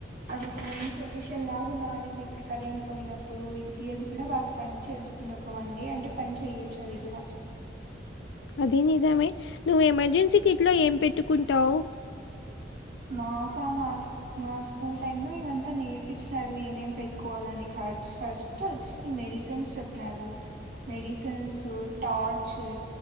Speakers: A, on the right; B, on the left.
A: అది ఒక మెయిన్ సొల్యూషన్ లాగా మారింది ఇప్పుడు కరెంట్ పోయినప్పుడు యూ పి ఎస్ కూడా బా పని చేస్తుంది ఒక వన్ డే అంటే, పని చేయొచ్చు అది కూడా.
B: అదే నిజమే, నువ్ ఎమర్జెన్సీ కిట్ లో ఏం పెట్టుకుంటావ్.
A: మాకా మాస్ మా స్కూల్ టైమ్ లో ఇవ్వంతా నేర్పించ్చారు, ఏమేం పెట్టుకోవాలని ఫస్ ఫస్ట్ ఒచ్ మెడిసన్స్ చెప్పారు. మెడిసేన్స్, టార్చ్